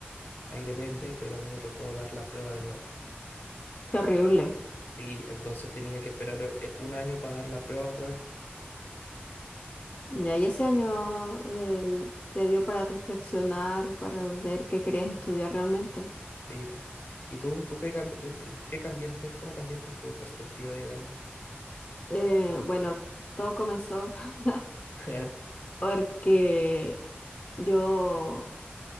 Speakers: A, on the left; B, on the left.
A: Ahí depende, pero a mí me tocó dar la prueba de nuevo.
B: Qué horrible.
A: Sí, entonces tenía que esperar eh, un año para dar la prueba otra vez.
B: Ya, y ese año el- te dio para reflexionar, para ver qué querías estudiar realmente.
A: Sí, pues. ¿Y tú, tú qué, cam- eh, eh, qué cambiaste? ¿Cómo cambiaste tu perspectiva, digamos?
B: Eh, bueno, todo comenzó <laughs>
A: <laughs>
B: porque yo